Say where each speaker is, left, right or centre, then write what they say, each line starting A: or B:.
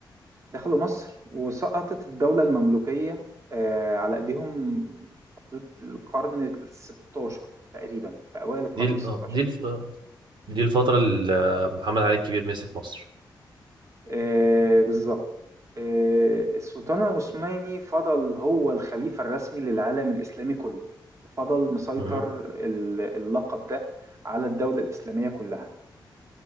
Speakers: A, on the right; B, on the right.
A: دخلوا مصر وسقطت الدولة المملوكية آه، على إيديهم في حدود القرن ال 16 تقريبا في أوائل القرن
B: دي ال-
A: ال 16
B: آه، دي الف... آه، دي الفترة اللي آه، محمد علي الكبير مسك مصر
A: آه، بالظبط آه، السلطان العثماني فضل هو الخليفة الرسمي للعالم الإسلامي كله وفضل مسيطر
B: مهم.
A: ال- اللقب ده على الدولة الإسلامية كلها